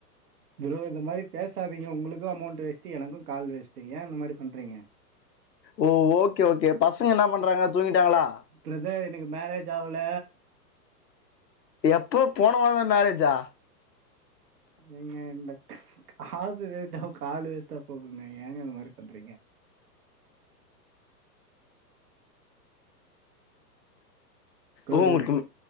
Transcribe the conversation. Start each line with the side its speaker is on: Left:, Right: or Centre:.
Right: ப்ரோ இந்த மாரி பேசாதீங்க உங்ளுக்கும் அமௌண்ட் வேஸ்ட்டு எனக்கும் கால் வேஸ்ட்டு ட்டு ஏன் இந்த மாரி பண்றீங்க
Left: ஓ ஓகே ஓகே பசங்க என்ன பண்றாங்க தூங்கிட்டாங்களா
Right: பிரதர் எனக்கு மேரேஜ் ஆவுல
Left: எப்போ போன வாரம் மேரேஜா
Right: ஏங்க இந்த காசு வேஸ்ட்டா கால் வேஸ்ட்டா போகுங்க ஏங்க இந்த மாரி பண்றீங்க brother
Left: home work